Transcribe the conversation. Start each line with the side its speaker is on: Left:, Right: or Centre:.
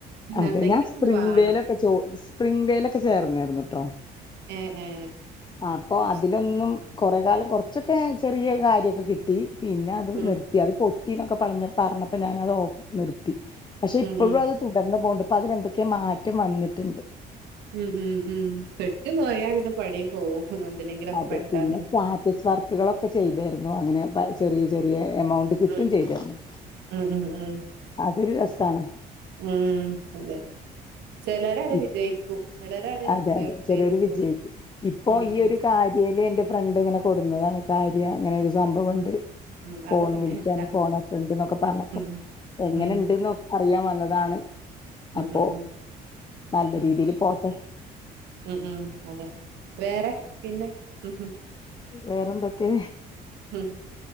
Left: അതെ
Right: എന്തെങ്കിലും
Left: ഞാൻ സ്പ്രിംഗ്
Right: ഒന്ന് വേണം
Left: വേലൊക്കെ ജോ സ്പ്രിംഗ് വേലൊക്കെ ചേർന്നായിരുന്നു കേട്ടോ.
Right: ഏ ഏ
Left: അപ്പൊ
Right: അത്
Left: അതിലൊന്നും
Right: ശരി
Left: കൊറെ കാലം കുറച്ചൊക്കെ ചെറിയ കാര്യോക്കെ കിട്ടി പിന്നെ അത്
Right: ഉം
Left: നിർത്തി അത് പൊ ട്ടീന്നൊക്കെ പറഞ്ഞപ്പോ ഞാനത് ഓഫ് നിർത്തി പക്ഷെ
Right: ഉം
Left: ഇപ്പോഴും
Right: ഉം
Left: അത് തുടർന്ന പോണ്ട്. ഇപ്പതിനെന്തൊക്കെയോ മാറ്റം വന്നിട്ടുണ്ട്.
Right: ഉം ഉം ഉം പെട്ട് പോയാ പിന്നെ പണി പോവും എന്തിലെങ്കിലൊക്കെ
Left: അതെ
Right: പെട്ടാ
Left: പിന്നെ സ്റ്റാറ്റസ് വർക്കുകളൊക്കെ ചെയ്തായിരുന്നു അങ്ങനെ പ ചെറിയ ചെറിയ എമൗണ്ട് കിട്ട്വേം
Right: ഉം
Left: ചെയ്തരുന്നു.
Right: ഉം ഉം ഉം
Left: അതൊരു രസാണ്.
Right: ഉം അതെ ചെലരടെ
Left: ഇ-
Right: വിജയിക്കും. ചിലരട്
Left: അതെ
Right: ഉയർച്ചയിലെത്തും
Left: അതെ ചേലോവര് വിജയിക്കും. ഇപ്പൊ
Right: ഉം
Left: ഈ
Right: ഉം
Left: ഒരു കാര്യേല് എന്റെ ഫ്രണ്ട് ഇങ്ങനെ കൊടുന്നതാണ് കാര്യ അങ്ങനെ ഒരു സംഭവുണ്ട്.
Right: ഉം ഉം
Left: ഫോൺ
Right: അത് പറയണ്ട
Left: വിളിക്കാനും ഫോൺ എ ഫ്രണ്ട്ന്നൊക്കെ പറഞ്ഞപ്പോ
Right: ഉം
Left: എങ്ങനെണ്ട്ന്നു
Right: ഉം
Left: നോക്കാം. അറിയാൻ വന്നതാണ്
Right: ഉം
Left: അപ്പോ
Right: ഉം ഉം
Left: നല്ല
Right: ഉം ഉം
Left: രീതിൽ പോട്ടെ.
Right: ഉം ഉം അതെ വേറെ പിന്നെ ഉ
Left: വേറെന്തൊക്കെ
Right: ഉം